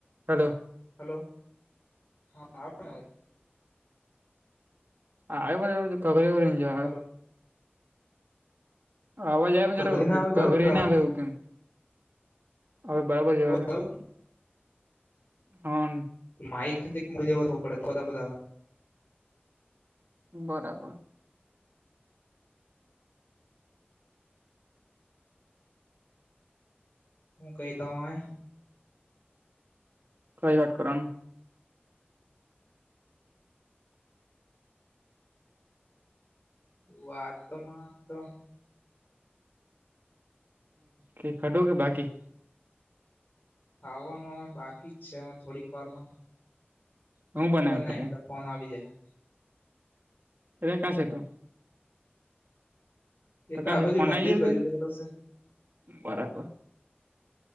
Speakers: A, on the right; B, on the left.
A: Hello
B: hello હા આવૅ છે ને અવાજ
A: <unintelligible>
B: હલો
A: અવાજ આવેજ
B: કકરી ના આવે
A: કવરેજ
B: બરાબર
A: માં આવે એવું કેમ હવે બરાબર જેવા હ
B: આવે
A: હા
B: <unintelligible>
A: બરાબર
B: હું કહીતા
A: કઈ વાત કરવાની
B: વાત તોમાં તો
A: હ ખાધું કે બાકી
B: ખાવાનું હવે બાકી જ છે થોડીક વારમાં
A: હું બનાવ્યો
B: બને
A: તો
B: એટલે ફોન આવી જાય
A: રખાશે એ તો
B: હ એ તો
A: કા
B: આ
A: છે
B: બાજુ
A: ફોન
B: મંદિર
A: આવી
B: બાજુ
A: ગયો કે
B: બેહેલો છે
A: બરાબર